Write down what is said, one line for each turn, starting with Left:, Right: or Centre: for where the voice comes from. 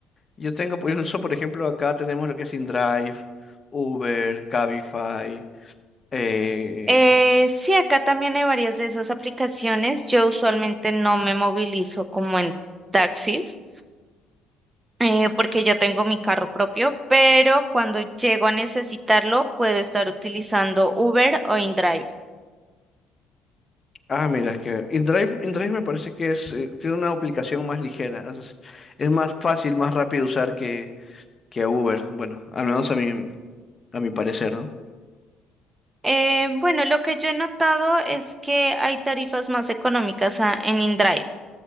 Left: Yo tengo, pues, uso, por ejemplo, acá tenemos lo que es InDrive, Uber, Cabify, eh.
Right: Eh, sí, acá también hay varias de esas aplicaciones. Yo usualmente no me movilizo como en taxis, eh, porque yo tengo mi carro propio, pero cuando llego a necesitarlo, puedo estar utilizando Uber o InDrive.
Left: Ah, mira, es que InDrive, InDrive me parece que es, eh, tiene una aplicación más ligera, es, es más fácil, más rápido de usar que, que Uber, bueno, al menos a mi, a mi parecer, ¿no?
Right: Eh, bueno, lo que yo he notado es que hay tarifas más económicas a- en InDrive